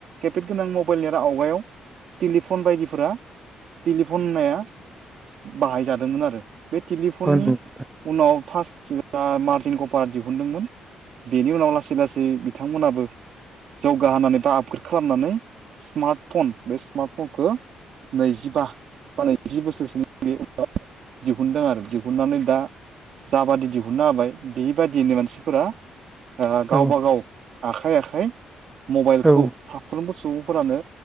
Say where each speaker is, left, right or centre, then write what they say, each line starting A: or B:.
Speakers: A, on the right; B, on the right.
A: केपेट गोनां मबाइल आवगायाव टेलिफन बायदिफोरा टेलिफन होननाया बाहायजादोंमोन आरो बे टेलिफननि
B: औ नोंथां औ नोंथां औ नोंथां
A: उनाव फार्स्ट मार्तिन कपारा दिहुनदोंमोन बेनि उनाव लासै लासै बिथांमोनाबो जौगाहोनानै बा आपग्रेड खालामनानै स्मार्ट फन बे स्मार्ट फनखौ नैजिबा बा नैजि बोसोरसनि बे दिहुनदों आरो दिहुननानै दा जाबादि दिहुनना होबाय बेबायादियैनो मानसिफोरा गावबागाव
B: औ औ
A: आखाइ आखाइ मबाइलखौ
B: औ
A: साफ्रोमबो सुबुंफोरानो